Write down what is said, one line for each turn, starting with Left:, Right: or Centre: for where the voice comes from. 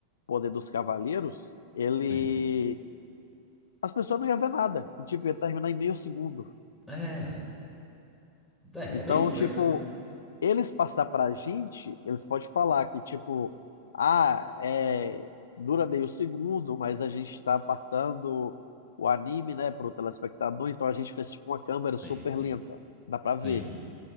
Left: poder dos cavaleiros, ele.
Centre: sim.
Left: As pessoas não iam ver nada. E, tipo, ia terminar em meio segundo.
Centre: É, é,
Left: Então,
Centre: é meio estranho,
Left: tipo,
Centre: né?
Left: eles passar pra gente, eles podem falar que, tipo, ah, é, dura meio segundo, mas a gente tá passando o anime, né, pro telespectador, então a gente fez, tipo, uma câmera
Centre: Sim,
Left: super
Centre: sim,
Left: lenta, dá pra ver.
Centre: sim.